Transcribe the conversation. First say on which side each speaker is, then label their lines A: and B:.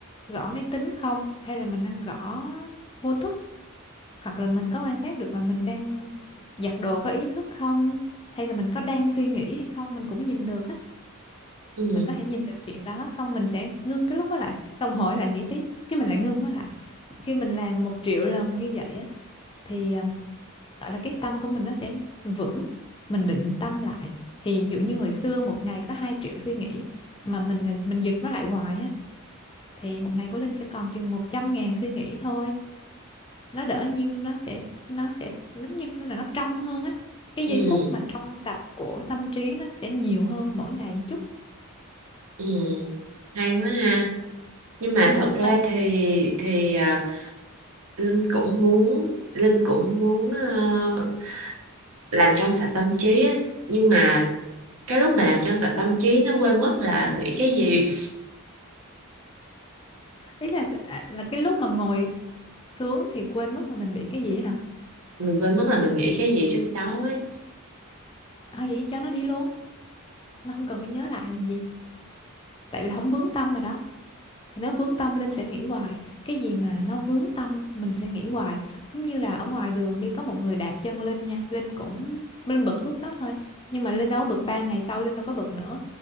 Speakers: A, on the left; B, on the right.
A: gõ máy tính không hay là mình đang gõ vô thức hoặc là mình có quan sát được là mình đang giặt đồ có ý thức không hay là mình có đang suy nghĩ hay không mình cũng nhìn được á
B: Ừ.
A: mình có thể nhìn được chuyện đó xong mình sẽ ngưng cái lúc đó lại xong hỏi lại nghĩ tiếp cái mình lại ngưng nó lại khi mình làm một triệu lần như vậy á thì à, gọi là cái tâm của mình nó sẽ vững mình định tâm lại thì ví dụ như hồi xưa một ngày có 2 triệu suy nghĩ mà mình mình giật nó lại hoài á thì một ngày của Linh sẽ còn chừng 100 ngàn suy nghĩ thôi nó đỡ nhiêu nó sẽ nó sẽ giống như là nó trong hơn á cái
B: Ừ.
A: giây phút mà trong sạch của tâm trí nó sẽ nhiều hơn mỗi ngày một chút
B: Ừ. Hay quá ha. nhưng mà
A: Ừ,
B: thật ra
A: mà
B: thì thì à, Linh cũng muốn Linh cũng muốn ờ, làm trong sạch tâm trí á. Nhưng mà cái lúc mà làm trong sạch tâm trí nó quên mất là nghĩ cái gì
A: <laughs> ý là à, là cái lúc mà ngồi xuống thì quên mất là mình bị cái gì hả
B: mình quên mất là mình nghĩ cái gì trước đó ấy.
A: à, vậy thì cho nó đi luôn nó không cần phải nhớ lại làm gì tại vì không vướng tâm rồi đó thì nó vướng tâm Linh sẽ nghĩ hoài cái gì mà nó vướng tâm mình sẽ nghĩ hoài giống như là ở ngoài đường đi có một người đạp chân Linh nha Linh cũng Linh bực lúc đó thôi nhưng mà Linh đâu có bực ba ngày sau Linh đâu có bực nữa